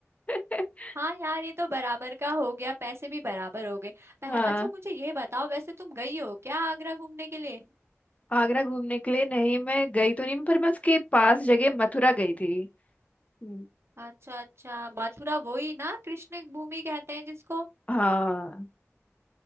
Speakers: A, on the left (about 30°); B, on the right (about 55°).
A: <laughs>
B: हाँ यार ये तो बराबर का हो गया पैसे भी बराबर हो गए पह,
A: हाँ
B: अच्छा मुझे ये बताओ वैसे तुम गई हो क्या आगरा घूमने के लिए
A: आगरा घूमने के लिए नहीं मैं गई तो नहीं पर मैं उसके पास जगह मथुरा गई थी हम्म,
B: अच्छा अच्छा मथुरा वही ना कृष्ण भूमि कहते हैं जिसको
A: हाँ